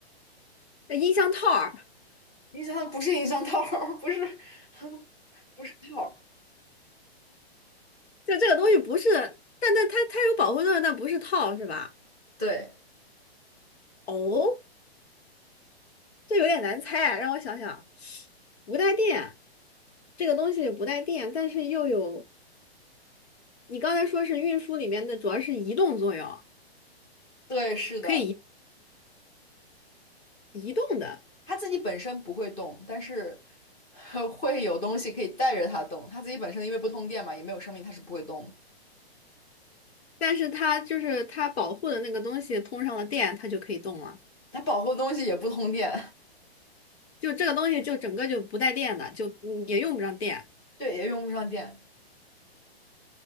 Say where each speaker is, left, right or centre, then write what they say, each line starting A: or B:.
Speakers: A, on the left; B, on the left.
A: 那音箱套儿，
B: 音箱不是音箱套儿 <laughs> 不是 <laughs> 不是套儿
A: 就这个东西不是，但但它它有保护作用，但不是套是吧？
B: 对
A: 哦，这有点难猜啊让我想想，不带电，这个东西不带电，但是又有，你刚才说是运输里面的，主要是移动作用，
B: 对，是的，
A: 可以移移动的，
B: 他自己本身不会动，但是 <laughs> 会有东西可以带着他动。他自己本身因为不通电嘛，也没有生命，他是不会动的。
A: 但是它就是它保护的那个东西通上了电，它就可以动了，
B: 他保护的东西也不通电，
A: 就这个东西就整个就不带电的，就嗯也用不上电。
B: <laughs> 对，也用不上电。